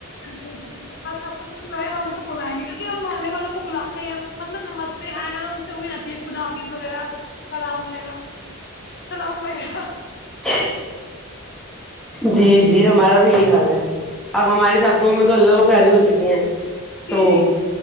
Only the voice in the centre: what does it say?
<inaudible> جی جی ہمارا بھی یہی حال ہے اب ہماری ساسووں میں تو اللہ کو پیاری ہو چکی ہیں
تو